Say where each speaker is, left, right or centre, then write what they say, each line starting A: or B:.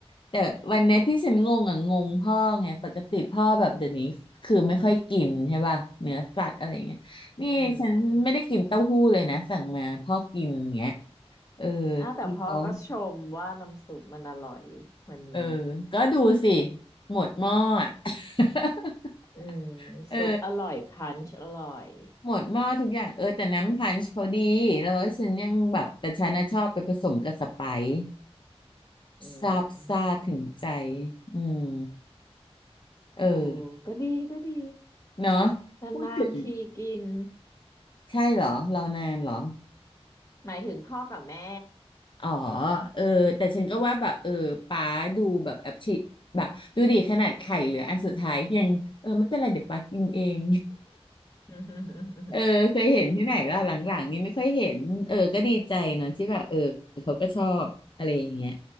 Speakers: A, on the left (about 50°); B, on the left (about 30°).
A: แต่วันเนี้ยที่ฉันงงอ่ะงงพ่อไงปกติพ่อแบบเดี๋ยวนี้คือไม่ค่อยกินใช่ป่ะเนื้อสัตว์อะไรอย่างเงี้ยนี่ฉันไม่ได้กินเต้าหู้เลยนะสั่งมาพ่อกินอย่างเงี้ย
B: อืม
A: เออ
B: อ่ะแต่พ่อก็ชมว่าน้ำซุปมันอร่อยวันนี้
A: ที่เขาเออก็ดูสิหมดหม้ออะ <laughs>
B: อืม
A: เออ
B: ซุปอร่อยพันช์อร่อย
A: หมดหม้อทุกอย่างเออแต่น้ำพันช์เขาดีแล้วฉันยังแบบแต่ฉันน่ะชอบไปผสมกับสไปซ์
B: อื
A: ซาบซ่าถึงใจ
B: ม
A: อืมเออ
B: โอ้ก็ดีก็ดี
A: เนาะพูดถึง
B: นานๆทีกิน
A: ใช่เหรอเรานานเหรอ
B: หมายถึงพ่อกับแม่
A: อ๋อเออแต่ฉันก็ว่าแบบเออป้าดูแบบแอปชิแบบดูดิขนาดไข่เหลืออันสุดท้ายยังเออไม่เป็นไรเดี๋ยวป้ากินเอง
B: <laughs>
A: เออเคยเห็นที่ไหนล่ะหลังๆนี้ไม่ค่อยเห็นเออก็ดีใจเนาะที่แบบเออเขาก็ชอบอะไรอย่างเงี้ย